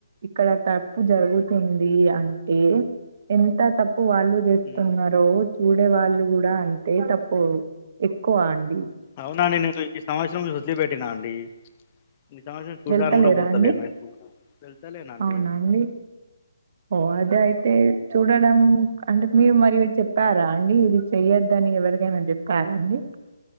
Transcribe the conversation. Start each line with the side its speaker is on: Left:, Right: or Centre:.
Right: ఇక్కడ తప్పు జరుగుతుంది అంటే ఎంత తప్ తప్పు వాళ్ళు చేస్తున్నారో
Left: హ్మ్.
Right: చూడే వాళ్ళు కూడా అంటే తప్పు ఎక్కువ అన్
Left: అవునండి నేను ఈ సంవత్సరం ను వద్దిలిపట్టినా అండి ఈ సమత్సరం చూడ్డానికి
Right: వెళ్తలేరా
Left: కూడా పోతలేను
Right: అండి
Left: నైట్పూట వెళ్తాలేనండి
Right: అవునా అండి ఓ అద అయితే చూడడం అంటే మీరు మరి చెప్పారా అండి ఇది చెయ్యొద్దని ఎవరికైనా చెప్పారా అండి <unintelligible>